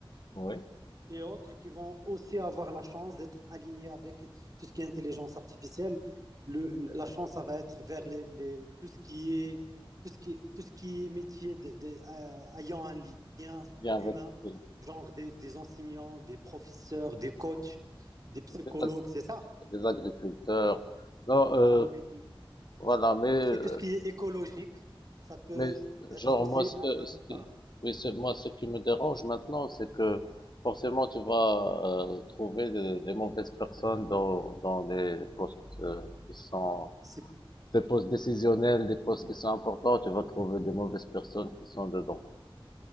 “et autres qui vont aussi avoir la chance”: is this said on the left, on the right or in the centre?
Right